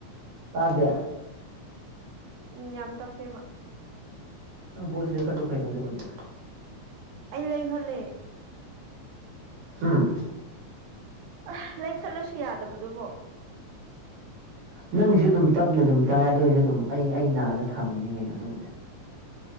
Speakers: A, on the right; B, on the right.
A: ꯇꯥꯗꯦ
B: ꯎꯝ ꯌꯥꯝ ꯇꯄꯦꯕ
A: ꯣꯏꯁ ꯂꯩꯈ ꯂꯨ ꯀꯥꯏꯅ ꯑꯗꯨꯕꯨꯗꯤ
B: ꯑꯩ ꯂꯩꯈꯂ
A: ꯎꯝ
B: ꯑ ꯂꯩ ꯆꯠꯂꯨꯁꯨ ꯌꯥꯗꯕꯗꯨꯕꯣ
A: ꯅꯪꯁꯨ ꯑꯗꯨꯝ ꯇꯞꯅ ꯑꯗꯨꯝ ꯇꯥꯏ ꯑꯗꯨ ꯑꯣꯏꯔꯁꯨ ꯑꯗꯨꯝ ꯑꯩ ꯑꯩ ꯅꯥꯗ ꯊꯝꯃꯤꯅꯦ ꯀꯩꯅꯣ ꯑꯗꯨꯕꯨꯗꯤ <inaudible>